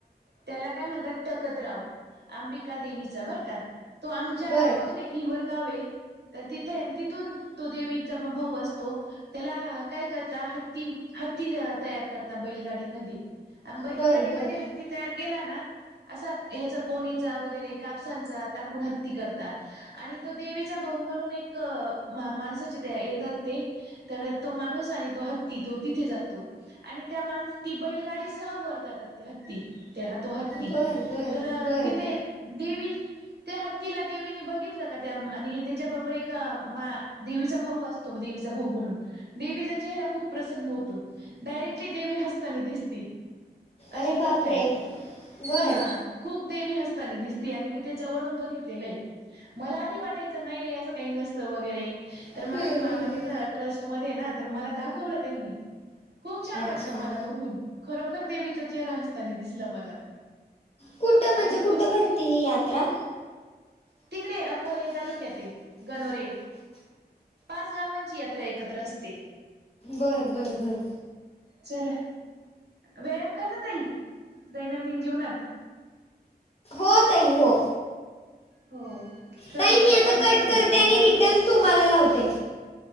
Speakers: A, on the right; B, on the left.
A: त्याला काय म्हणतात तकतराव अंबिका देवीचा बर का तो आमच्या
B: बर
A: गावापासून हिवर गाव आहे तर तिथ तिथून तो देवीचा भाऊ असतो त्याला का ह हती तयार कर बैगाडी म बैाडी
B: बर बर
A: म हती तयार केला ना असा ह्याच गोणीचा वगैरे कापसांचा टाकून हत्ती करता आणि तो देवीचा भाऊ म्हणून एक माणसाचे येतात ते तर तो माणूस आणि तो हत्ती तो तिथे जातो आणि त्या माणस ती बैलगाडी सह वर जातात हत्ती त्या तो हत्ती
B: बर बर
A: तर
B: बर
A: तिथे देवि त्या हत्तीला देविनं बघित का त्या आणि त्याच्याबरोबर एक देवीचा भाऊ असतो देवीचा भाऊ म्हणून देवीचा चेहरा खूप प्रसन्न होतो डायरेक्टली देवी हस्ताने दिसती अशी
B: अरे बापरे
A: प्रथा आहे
B: बर
A: हा खूप देवी हसताना दिसते आणि मी त्या जवळून बघितलेलंय मला आधी वाटायचं नाही रे असं काही नसतं वगैरे
B: हम्म,
A: तर माझे मामा
B: हम्म, हम्म.
A: तिथ ट्रस्टमध्येध्ये ना तर मला दाखवलं त्यांनी खूप छान
B: अच्छा
A: वाटलं मला बघून... खरोखर देवीचा चेहरा हसतानी दिसला मला
B: कुठं... म्हणजे
A: आणि
B: कुठं
A: कुस
B: भरती ही यात्रा
A: तिकडे... अकोले तालुक्यात ए... गनोरे पाच गावांची यात्रा एकत्र असते
B: बरं बरं बरं
A: चला... व्यायाम करता ताई... दैनंदिन जीवनात?
B: हो... ताई हो...
A: हो करत
B: ताई
A: जा
B: मी आता
A: व्यायाम
B: कट
A: करत
B: करते
A: जा आपल्या
B: आणि
A: आरोग्यास
B: रिटर्न तुम्हाला ला लावते